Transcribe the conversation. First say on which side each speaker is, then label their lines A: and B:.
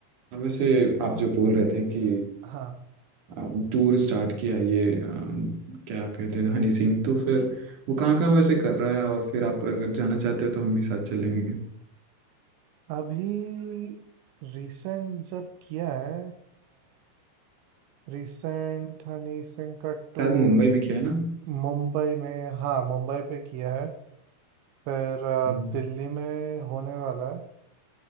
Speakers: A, on the right (about 50°); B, on the right (about 80°).
A: और वैसे आप जो बोल रहे थे कि
B: हाँ
A: आ, टूर स्टार्ट किया ये आ, क्या कहते हैं हनी सिंह तो फिर वो कहाँ कहाँ वैसे कर रहा है और फिर आप अगर जाना चाहते हो तो हम भी साथ चलेंगे
B: अभी रिसेंट जब किया है रिसेंट हनी सिंह का टूर
A: शायद मुंबई में किया है ना
B: मुंबई में हाँ मुंबई पे किया है फिर अ,
A: हाँ।
B: दिल्ली में होने वाला है